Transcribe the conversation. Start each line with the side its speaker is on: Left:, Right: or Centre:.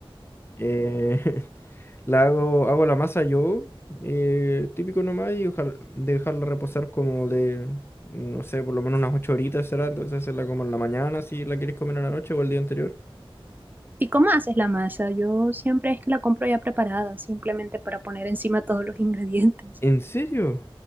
Left: Eh, <laughs> la hago, hago la masa yo, eh, típico nomás, y ojalá- dejarla reposar como de, no sé, por lo menos unas ocho horitas será, entonces hacerla como en la mañana si la quieres comer en la noche o el día anterior.
Right: ¿Y cómo haces la masa? Yo siempre es que la compro ya preparada, simplemente para poner encima todos los <laughs> ingredientes.
Left: ¿En serio?